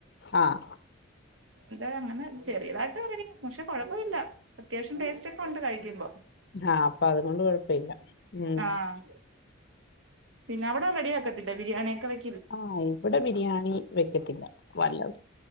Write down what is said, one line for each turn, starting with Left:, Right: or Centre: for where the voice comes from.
Left: ആഹ്
Right: ഇതാ അങ്ങനെ ചെറിയതായിട്ട് റെഡി പക്ഷെ കുഴപ്പമില്ല അത്യാവശ്യം ടേസ്റ്റ്ക്കെണ്ട് കഴിക്കുമ്പോ
Left: ആഹ് അപ്പൊ അതുകൊണ്ട് കൊഴപ്പ ഇല്ല ഉം
Right: ആഹ് പിന്നെ അവിടെ റെഡിയക്കത്തില്ലേ ബിരിയാണിയൊക്കെ വെ
Left: ആഹ് ഇവിടെ ബിരിയാണി വെക്കത്തില്ല വല്ല